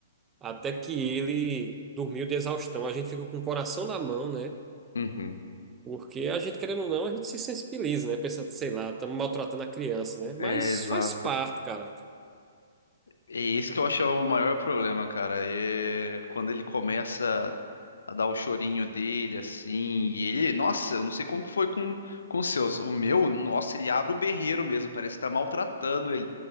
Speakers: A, on the right; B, on the left.
A: até que ele dormiu de exaustão. A gente fica com o coração na mão, né,
B: Uhum.
A: porque a gente, querendo ou não, a gente se sensibiliza, né, pensa, sei lá, estamos maltratando a criança, né,
B: É,
A: mas
B: exato.
A: faz parte, cara.
B: É isso que eu acho é o maior problema, cara. É quando ele começa a dar o chorinho dele, assim, e ele, nossa, eu não sei como que foi com, com os seus. O meu, nossa, ele abre o berreiro mesmo, parece que tá maltratando ele.